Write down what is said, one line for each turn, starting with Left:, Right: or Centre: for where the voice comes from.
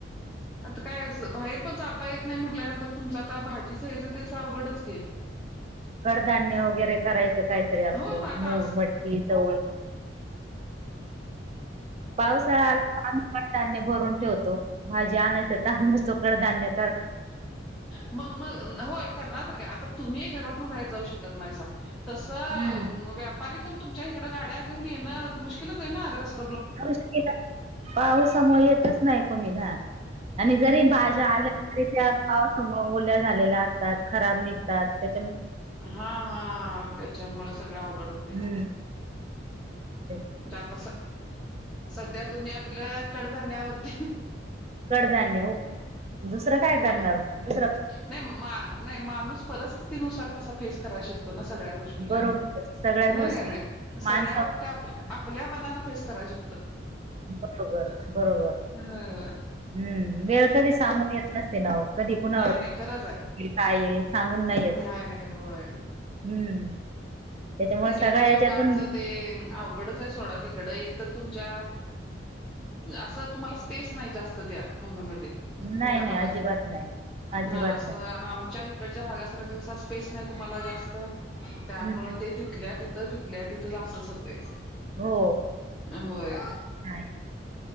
Centre: आता काय अस बाहेर पण जाता येत नाही म्हटल्यान तर तुमच आता भाजीच हेच त्यास अवघडच के
Right: कडधान्य वगैरे करायचं कायतरी आपलं
Centre: होय मग आता
Right: मूग, मटकी, चवळी,
Centre: ह <inaudible>
Right: पावसाळा आला तर आम्ही कड धान्य भरून ठेवतो भाजी आनायचा तान नसतो धान्या
Centre: मग, मग होय करणारार तरी काय आता तुम्ही घरात बाहेर जाऊ शकत नाही तस
Right: हम्म
Centre: व्यापरी पण तुमच्या इकडे गाड्या घेऊन येणं मुश्कलच आहे ना अ रस्त
Right: ला पाऊसामुळे येतच नाही कोणी आणि जरी
Centre: हा
Right: भाज्या आल्या तरी त्या पावसमोर ओल्या झालेल्या असतात खराब निघतात त्या
Centre: हा हा त्याच्यामुळ सगळ अवघड होते.
Right: हम्म ते
Centre: जात सध्या तुम्ही आपल कडधान्यावरती
Right: कडधान्य हो दुसरं काय
Centre: मा
Right: करणार दुस
Centre: नाही मा नाही माणूस परिस्थितीनुसार कसा फेस कराय शकतो ना सगळ्या गोष्टीला
Right: बरोबर सगळ्या
Centre: हो
Right: गोष्टी
Centre: का नाही सगळ्या
Right: माणसावर
Centre: गोष्टी आप आपल्या मनान फेस करायच.
Right: बरोबर, बरोबर
Centre: होय होय
Right: हम्म वेळ कधी सगून येत नसते नाही. कधी कुणा
Centre: नाही नाही खरंच आहे.
Right: का येईल सांगून नाहीयेत
Centre: नाही नाही होय.
Right: हम्म. त्याच्यामुळे
Centre: तिकडच्या
Right: सगळ्या
Centre: लोकांचं
Right: याच्यातून
Centre: ते अवघडच आहे सोडा तिकड एक तर तुमच्या अस तुम्हाला स्पेस नाही जास्त त्या मुंबईमध्ये.
Right: नाही
Centre: त्याभागात
Right: नाही अजिबात नाही अजिबात
Centre: ह अस
Right: नाही
Centre: आमच्या च्या भागासारख कस स्पेस नाही तुम्हाला जास्त त्यामुळे
Right: हम्म
Centre: तिथल्या तिथं तिथल्या तिथं असत होत.
Right: हो
Centre: होय.
Right: नाही